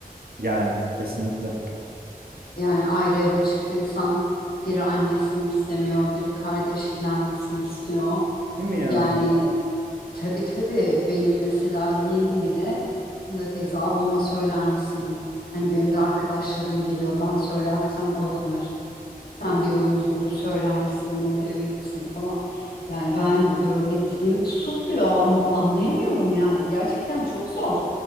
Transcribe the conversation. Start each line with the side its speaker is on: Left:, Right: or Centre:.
Right: Yani kesinlikle.
Left: Yani ayrı eve çıktıysan biri annesini istemiyor, biri kardeşi gelmesini istiyor.
Right: Değil mi ya?
Left: Yani tabii tabii benim mesela yeğenim bile Funda teyze ablama söyler misin? Hani benim de arkadaşlarım geliyor ben söylersem alınır. Sen bir yolunuz bulur söyler misin? Hani o da eve gitsin falan. Yani ben böyle dilim tutuluyor an- anlayamıyorum yani gerçekten çok zor.